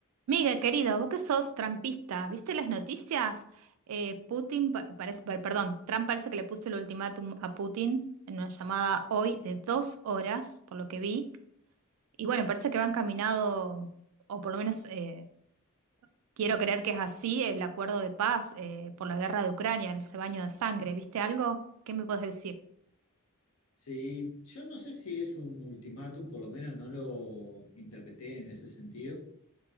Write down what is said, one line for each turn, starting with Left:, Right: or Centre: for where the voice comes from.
Right: Miguel, querido, vos que sos trampista, ¿viste las noticias? Eh, Putin, pa- parece, per- perdón, Trump parece que le puso el ultimátum a Putin en una llamada hoy de dos horas, por lo que vi. Y bueno, parece que va encaminado, o por lo menos eh, quiero creer que es así, el acuerdo de paz eh, por la guerra de Ucrania, el baño de sangre. ¿Viste algo? ¿Qué me puedes decir?
Left: Sí, yo no sé si es un ultimátum, por lo menos no lo interpreté en ese sentido.